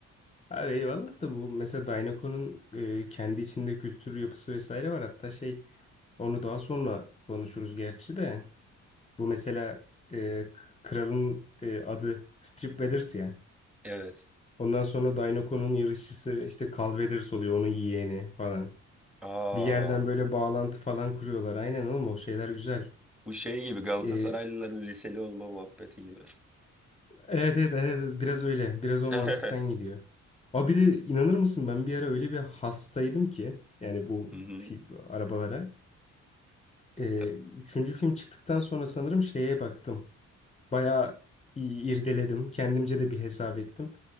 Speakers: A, on the left; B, in the centre.
A: Abi eyvallah da bu mesela Dynaco'nun e, kendi içinde kültür yapısı vesaire var. Hatta şey onu daha sonra konuşuruz gerçi de. Bu mesela e, k- kralın e, adı Strip Weathers ya.
B: Evet.
A: Ondan sonra Dynaco'nun yarışçısı işte Carl Weathers oluyor onun yeğeni falan.
B: Aa,
A: Bir yerden böyle bağlantı falan kuruyorlar. Aynen oğlum o şeyler güzel.
B: bu şey gibi Galatasaraylıların
A: E, evet,
B: liseli olma muhabbeti gibi.
A: evet evet evet, biraz öyle. Biraz
B: <laughs>
A: o mantıktan gidiyor. Abi bir de inanır mısın ben bir ara öyle bir hastaydım ki yani bu
B: Hı hı.
A: fil, arabalara. Ee,
B: Ta-
A: üçüncü film çıktıktan sonra sanırım şeye baktım. Bayağı i- irdeledim. Kendimce de bir hesap ettim.